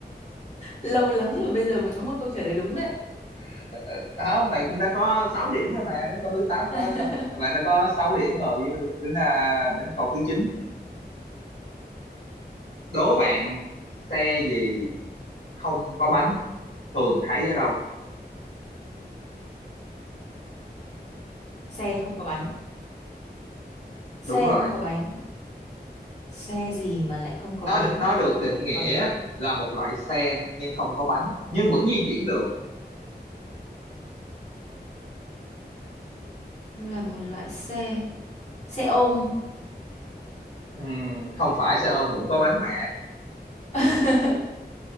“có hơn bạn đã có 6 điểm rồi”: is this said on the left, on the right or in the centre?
Left